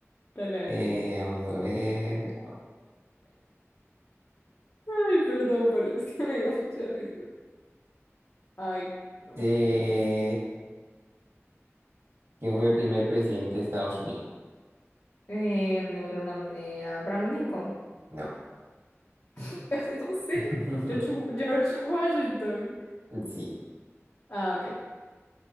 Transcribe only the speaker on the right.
Eh, vamos a ver. Cuatro.
Eh, ¿quién fue el primer presidente de Estados Unidos?
No.
<laughs>
Sí.